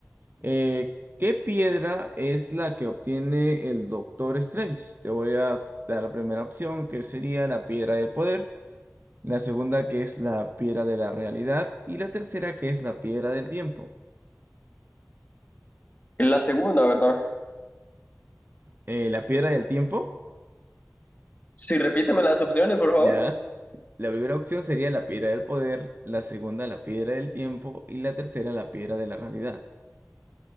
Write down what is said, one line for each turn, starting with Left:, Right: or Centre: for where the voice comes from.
Right: Eh, ¿qué piedra es la que obtiene el Doctor Strange? Te voy a dar la primera opción, que sería la piedra del poder. La segunda, que es la piedra de la realidad. Y la tercera, que es la piedra del tiempo.
Left: Es la segunda, ¿verdad?
Right: Eh, la piedra del tiempo,
Left: Sí, repíteme las opciones, por favor.
Right: ya. La primera opción sería la piedra del poder. La segunda, la piedra del tiempo. Y la tercera, la piedra de la realidad.